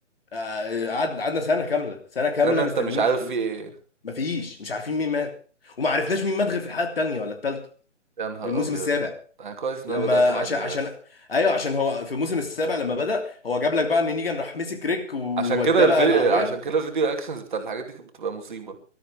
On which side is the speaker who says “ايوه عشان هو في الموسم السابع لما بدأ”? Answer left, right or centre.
Left